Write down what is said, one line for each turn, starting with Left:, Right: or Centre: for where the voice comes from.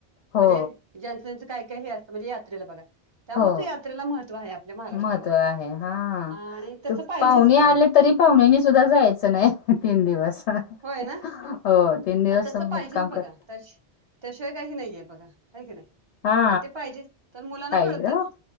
Right: म्हणजे
Left: हो
Right: ज्यांचं त्यांचं काही काही हे असतं म्हणजे यात्रेला बघा त्यामुळे
Left: हो
Right: यात्रेला महत्त्व आहे आपल्या महाराष्ट्रामध्ये
Left: महत्त्व आहे हा
Right: आणि तसं
Left: त
Right: पाहिजेच
Left: पाहुणे
Right: खरं
Left: आले तरी पाहुण्यानी सुद्धा जायचं नाही तीन दिवस हो
Right: होय ना
Left: तीन दिवस
Right: आणि तसं
Left: मग
Right: पाहिजेच
Left: काम
Right: बघा
Left: करते.
Right: त्याशिवाय काही नाहीये बघा आहे की नाही
Left: हा
Right: आणि ते पाहिजे तर मुलांना
Left: पाहिजे
Right: कळतं
Left: हो
Right: ना.